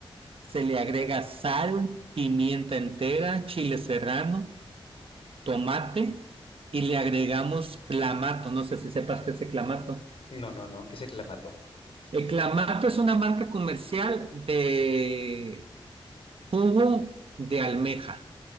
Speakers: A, on the right; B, on the left.
A: Se le agrega sal, pimienta entera, chile serrano tomate y le agregamos clamato. No sé si sepas qué es el clamato.
B: no, no, no, que es el clamato.
A: El clamato es una marca comercial de jugo de almeja.